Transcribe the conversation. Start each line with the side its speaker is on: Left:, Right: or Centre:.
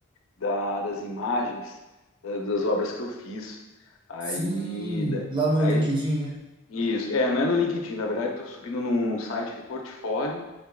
Left: da- das imagens da- das obras que eu fiz. Aí,
Right: sim,
Left: da-
Right: lá no
Left: aí
Right: LinkedIn, né?
Left: Isso, é, não é no LinkedIn, na verdade, estou subindo num, num site de portfólio.